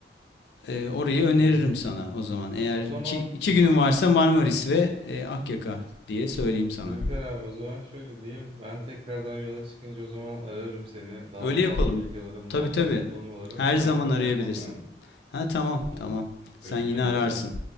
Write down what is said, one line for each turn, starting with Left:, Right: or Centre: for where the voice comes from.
Left: Ee, orayı öneririm
Right: Hmm.
Left: sana o zaman. Eğer
Right: O zaman
Left: iki, iki günün varsa Marmaris ve e, Akyaka diye söyleyeyim sana.
Right: Türker abi o zaman şöyle diyeyim. Ben tekrardan yola çıkınca o zaman ararım seni. Daha
Left: Öyle
Right: fazla
Left: yapalım.
Right: bilgi alırım,
Left: Tabii
Right: daha
Left: tabii.
Right: fazla konum alırım.
Left: Her
Right: Şu
Left: zaman
Right: an kapatmam
Left: arayabilirsin.
Right: lazım.
Left: Ha tamam
Right: Tamamdır.
Left: tamam. Sen
Right: Görüşmek
Left: yine ararsın.
Right: üzere.